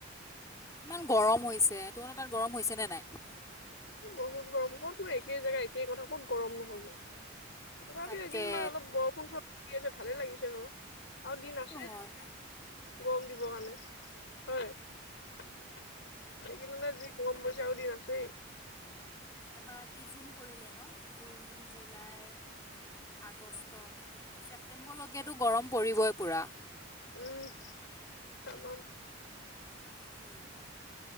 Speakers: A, on the left (about 15°); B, on the left (about 65°).
A: ইমান গৰম হৈছে তনো তাত গৰম হৈছে নে নাই
B: এ বহুত গৰম কতোৰ একে জেগা একেই কথা ক'ত গৰম নহব তথাপিও
A: তাকে
B: এইেইদিন বাৰ অলপ বৰষুণৰণ আছে ভালে লাগিছে হেল্ল আৰু দিন
A: সেইটো
B: আছে
A: হয়
B: তেনে গৰম দিবৰ কাৰণে হয় এইকেইদিনতে যি কুৱল পৰিছে আৰু <unintelligible> আছেই
A: এবাৰ কি জোন পৰিলে ন জুন, জুলাই, আগষ্ট, ছেপ্টেম্বৰলৈকেতো গৰম পৰিবই পুৰা
B: উম তামাম
A: তামাম পৰিব